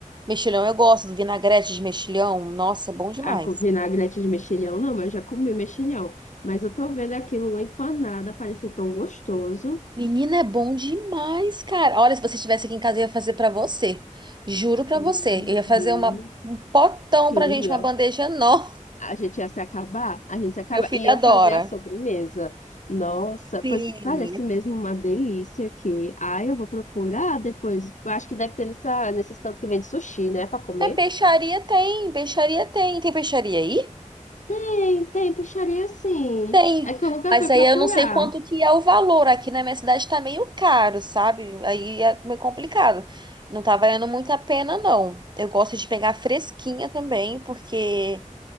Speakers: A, on the right; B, on the left.
A: Mexilhão eu gosto, vinagrete de mexilhão, nossa, é bom demais.
B: a co- vinagrete de mexilhão, não, mas eu já comi mexilhão. Mas eu tô vendo aquilo uma empanada parecer tão gostoso.
A: Menina, é bom demais, cara. Olha, se você estivesse aqui em casa, eu ia fazer pra você. Juro pra
B: Menina,
A: você. Eu ia fazer uma, um potão
B: queria.
A: pra gente, uma bandeja enorme.
B: A gente ia se acabar, a
A: <laughs>
B: gente se acaba.
A: Meu filho
B: E eu
A: adora.
B: fazia a sobremesa. Nossa,
A: Sim.
B: pois parece mesmo uma delícia aqui. Ai, eu vou procurar depois. Eu Acho que deve ter nessa, nesses cantos que vende sushi, né, pra comer.
A: É, peixaria tem, peixaria tem. Tem peixaria aí?
B: Tem, tem peixaria sim.
A: Tem.
B: É que eu nunca
A: Mas
B: fui
A: aí
B: procurar.
A: eu não sei quanto que é o valor. Aqui na minha cidade tá meio caro, sabe? Aí é meio complicado. Não tá valendo muito a pena, não. Eu gosto de pegar fresquinha também, porque